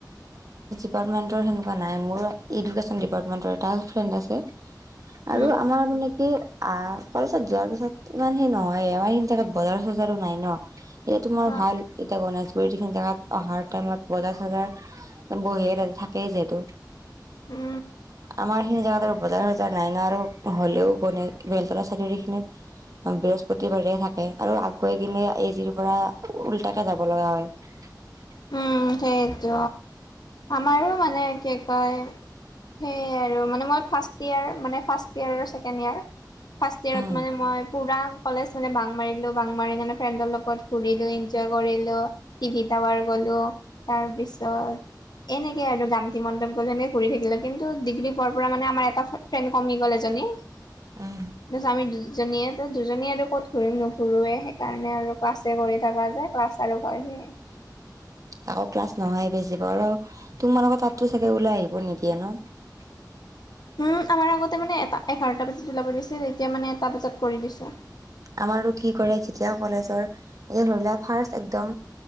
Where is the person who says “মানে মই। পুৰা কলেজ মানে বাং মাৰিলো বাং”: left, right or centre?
Left